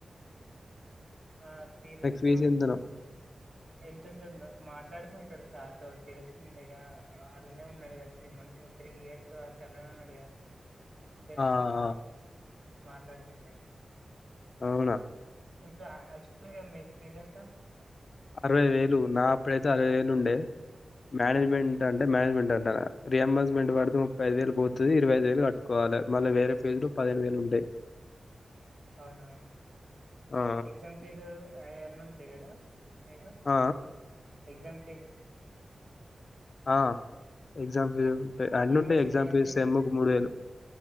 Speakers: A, on the right (about 60°); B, on the left (about 65°).
A: ఆ ఫీజు ఎంతో
B: ఫీజెంతనో?
A: ఎంత ఉంటుందో మాట్లాడు కుంటాడు సార్ తో తెలుస్తు తెలుస్తుంది గా అల్నే ఉన్నాడు త్రీ మంత్స్ త్రీ ఇయర్స్ వరకు అలానే ఉన్నాడు. య తెలుసుంటే
B: ఆ! ఆ!
A: మాట్లాడుకుంటాడు
B: అవునా
A: ఇప్పుడు యాక్చువల్గా మీ ఫీజు ఎంత
B: అరవై
A: మీకు
B: వేలు నా అప్పుడైతే అరవై వేలు ఉండే మేనేజ్మెంట్ అంటే మేనేజ్మెంట్ అ రింబర్స్మెంట్ పడితే ముప్పైఐదు వేలు పోతుది ఇరవైది వేలు కట్టుకోవాలి మళ్ళ వేరే ఫీజులు పదిహేను వేలు ఉంటాయి
A: అవునా
B: ఆ!
A: ఎగ్జామ్స్ ఫీజు అవన్నీ ఉంటాయి కదా మీకు
B: ఆ!
A: ఎగ్జామ్ ఫీజు
B: ఆ ఎగ్జాం ఫీజు ఉంటాయి అన్ని
A: యూనివర్సిటీయా
B: ఉంటాయి ఎగ్జామ్ ఫీజు
A: మీది
B: సేమ్కు మూడు వేలు